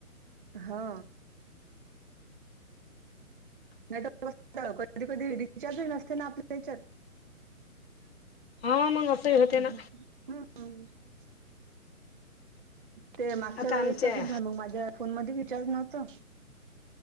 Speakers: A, on the right (about 35°); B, on the left (about 45°).
A: हा नाही तर, कधी -कधी रिचार्ज नसते ना आपल्या हेच्यात.
B: हा मग, असंही होते
A: ह
B: ना
A: हा अन <unintelligible> ते मागच्या
B: आता
A: वेळेस
B: आमच्या
A: तसंच झालं, मग माझ्या फोन मध्ये रिचार्ज नव्हतं.